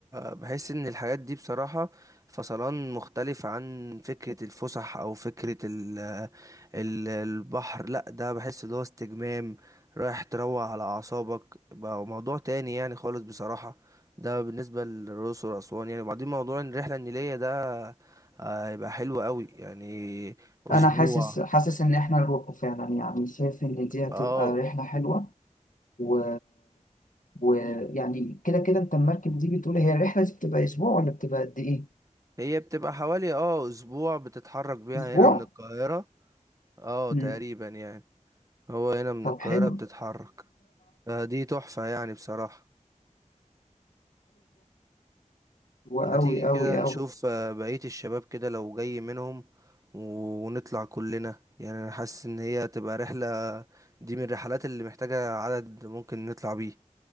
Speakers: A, on the right (about 25°); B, on the left (about 80°).
A: بحس ان الحاجات دي بصراحة فصلان مختلف عن فكرة الفسح او فكرة ال ال البحر لا ده بحس اللي هو استجمام رايح تروق على اعصابك بقى موضوع تاني يعني خالص بصراحة ده بالنسبة للرؤوس واسوان يعني وبعدين موضوع الرحلة النيلية ده آه، هيبقى حلو قوي يعني اسبوع
B: انا حاسس حاسس ان احنا نروحه فعلا يعني شايف ان دي هتبقى
A: اه
B: رحله حلوه و ويعني كده كده انت المركب دي بتقول هي الرحله دي بتبقى اسبوع ولا بتبقى قد ايه؟
A: هي بتبقى حوالي اه اسبوع بتتحرك بيها
B: اسبوع؟
A: هنا من القاهرة اه
B: مم.
A: تقريبا يعني هو هنا من
B: طب
A: القاهرة
B: حلو
A: بتتحرك فدي تحفة يعني بصراحة
B: وأوي
A: ما تيجي كده
B: أوي
A: نشوف
B: أوي
A: آه، بقية الشباب كده لو جاي منهم و- ونطلع كلنا يعني أنا حاسس إن هي تبقى رحلة دي من الرحلات اللي محتاجة عدد ممكن نطلع بيه